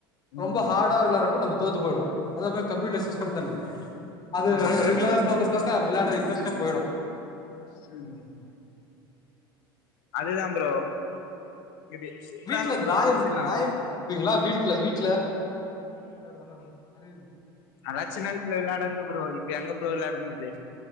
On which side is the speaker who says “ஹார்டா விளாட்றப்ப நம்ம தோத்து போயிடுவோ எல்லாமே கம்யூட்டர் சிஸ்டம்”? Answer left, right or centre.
Left